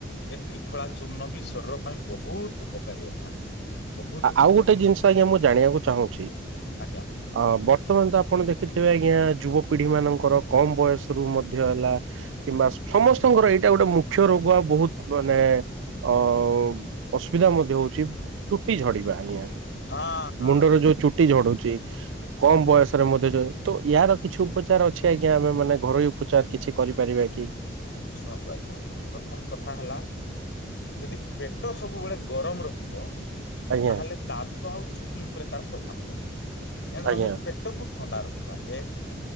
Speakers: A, on the left; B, on the right.
A: ଏ ତ୍ରିଫଳା ଚୂର୍ଣ୍ଣ ବି ଶରୀର ପାଇଁ ବହୁତ ଉପକାରୀ ଆଜ୍ଞା। ବହୁତ ଉପକାରୀ
B: ଆଉ ଗୋଟେ ଜିନିଷ ଆଜ୍ଞା ମୁଁ ଜାଣିବାକୁ ଚାହୁଁଛି।
A: ଆଜ୍ଞା
B: ଅ ବର୍ତ୍ତମାନ ତ ଆପଣ ଦେଖିଥିବେ ଆଜ୍ଞା ଯୁବପିଢ଼ି ମାନଙ୍କର କମ ବୟସରୁୁ ମଧ୍ୟ ହେଲା। କିମ୍ବା ସମସ୍ତଙ୍କର ଏଇଟା ଗୋଟେ ମୁଖ୍ୟ ରୋଗ ଆ ବହୁତ ମାନେ। ଅ ଅସୁବିଧା ମଧ୍ୟ ହଉଛି। ଚୁଟି ଝଡିବା ଆଜ୍ଞା
A: ହଁ ହଁ
B: ମୁଣ୍ଡରେ
A: ହଁ
B: ଯୋଉ ଚୁଟି ଝଡୁଛି। କମ ବୟସରେ ମଧ୍ୟ ଯଏ ତ ୟାର କିଛି ଉପଚାର ଅଛି ଆଜ୍ଞା ଆମେ ମାନେ ଘରୋଇ ଉପଚାର କିଛି କରିପାରିବା କି।
A: ଶୁଣନ୍ତୁ ଆଜ୍ଞା ପ୍ରଥମ କଥା ହେଲା। ଯଦି ପେଟ ସବୁବେଳେ ଗରମ ରହିବ।
B: ଆଜ୍ଞା
A: ତାହେଲେ ଦାନ୍ତ ଆଉ ଚୁଟି ଉପରେ ତାର ପ୍ରଭାବ ପଡ଼େ। ଏଣୁ
B: ଆଜ୍ଞା
A: ଆମେ ପେଟକୁ ଥଣ୍ଡା ରଖିବା ଏକ